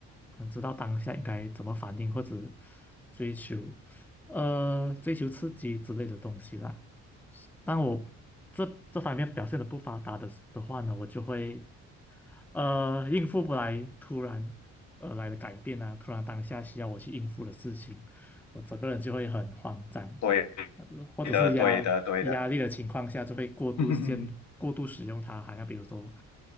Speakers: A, in the centre; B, on the left.
A: 很知道当下应该怎么反应或者追求，呃，追求刺激之类的东西啦。但我这这方面表现的不发达的的话呢，我就会。呃，应付不来突然而来的改变啊，突然当下需要我去应付的事情，我整个人就会很慌张，
B: 对
A: 呃或者是压压力的情况下，
B: 的，对的，对的。
A: 就会过度限过度使用它，
B: <laughs>
A: 好像比如说